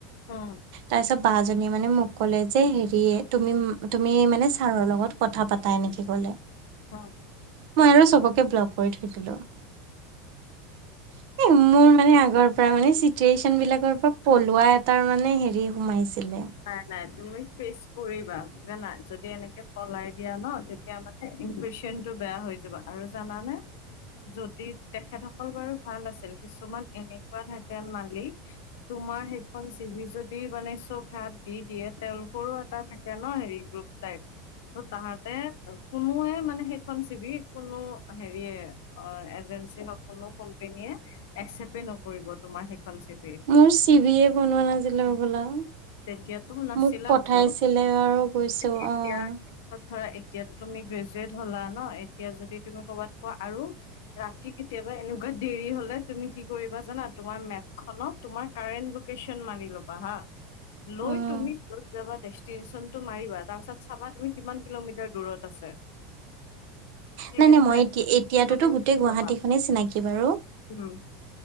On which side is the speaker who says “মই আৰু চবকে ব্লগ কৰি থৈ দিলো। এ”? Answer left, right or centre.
Right